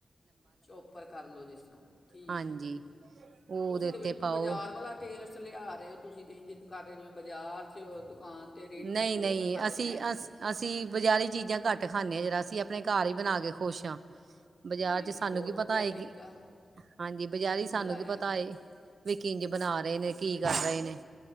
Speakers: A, on the left; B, on the right.
A: ਚੋਪਰ ਕਰ ਲਓ, ਜਿਸ ਤਰ੍ਹਾਂ ਠੀਕ
B: ਹਾਂਜੀ
A: ਹੈ ਠੀਕ ਹੈ
B: ਉਹ
A: ਤੁਸੀਂ
B: ਉਹਦੇ
A: ਤਾਂ,
B: ਉੱਤੇ
A: ਬਿਲਕੁਲ
B: ਪਾਓ
A: ਬਾਜ਼ਾਰ ਵਾਲਾ ਟੇਸਟ ਲਿਆ ਰਹੇ ਹੋ ਤੁਸੀਂ ਤੇ ਇੰਝ ਕਰਦੇ ਜਿਵੇਂ ਬਾਜ਼ਾਰ 'ਚ ਦੁਕਾਨ ਤੇਤੇ ਰੇਹੜੀ
B: ਨਹੀਂ-ਨਹੀਂ
A: ਤੇ ਖਲੋ ਕੇ ਖਾਂਦੇ
B: ਅਸੀਂ
A: ਨੇ
B: ਅਸ ਅਸੀਂ ਬਜ਼ਾਰੀ ਚੀਜ਼ਾਂ ਘੱਟ ਖਾਂਦੇ ਹਾਂ, ਜਿਹੜਾ ਅਸੀਂ ਆਪਣੇ ਘਰ ਹੀ ਬਣਾ ਕੇ ਖੁਸ਼ ਹਾਂ। ਬਜ਼ਾਰ
A: ਨਹੀਂ
B: ਚ
A: ਨਹੀਂ
B: ਸਾਨੂੰ
A: ਬਹੁਤ
B: ਕੀ
A: ਵਧੀਆ
B: ਪਤਾ ਹੈਏ,
A: ਤਰੀਕਾ
B: ਕਿ ਹਾਂਜੀ
A: ਕੀ
B: ਬਜ਼ਾਰ ਹੀ ਸਾਨੂੰ
A: ਮਿਲਾਇਆ
B: ਕੀ ਪਤਾ ਏ। ਕੀੰਜ ਬਣਾ ਰਹੇ ਨੇ, ਕੀ ਕਰ ਰਹੇ ਨੇ?